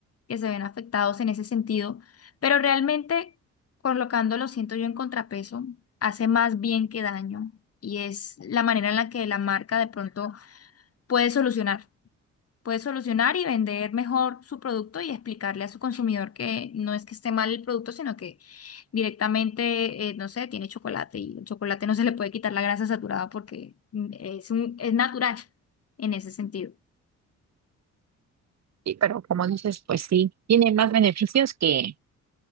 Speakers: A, on the left; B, on the right.
A: que se ven afectados en ese sentido, pero realmente colocando Colocándolo, siento yo, en contrapeso, hace más bien que daño y es la manera en la que la marca de pronto puede solucionar, puede solucionar y vender mejor su producto y explicarle a su consumidor que no es que esté mal el producto, sino que directamente, eh, no sé, tiene chocolate y el chocolate no se le puede quitar la grasa saturada porque mm, es un, es natural en ese sentido.
B: Sí, pero como dices, pues sí, tiene más beneficios que,